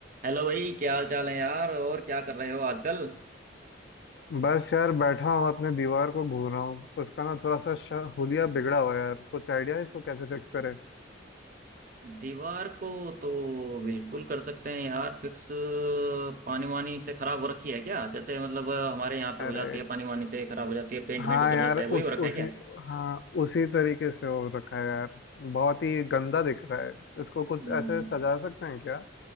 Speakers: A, on the right (about 45°); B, on the left (about 60°).
A: Hello भाई क्या हाल चाल है यार और क्या कर रहे हो आजकल
B: बस यार बैठा हूँ अपने दीवार को घूर रहा हूँ उसका ना थोड़ा सा श- हुलिया बिगड़ा हुआ है यार कुछ आइडिया है इसको कैसे फिक्स करें
A: दीवार को तो बिल्कुल कर सकते हैं यार फिक्स पानी वानी से खराब हो रखी है क्या जैसे मतलब अ, हमारे यहाँ पे
B: अरे
A: हो जाती है पानी वानी से खराब हो जाती है पेंट
B: हाँ
A: वेंट उतर
B: यार
A: जाता है वही
B: उस
A: हो रखा
B: उसी
A: है क्या
B: हाँ उसी तरीके से हो रखा है यार बहुत ही गंदा दिख रहा है इसको कुछ
A: हम्म
B: ऐसे सजा सकते हैं क्या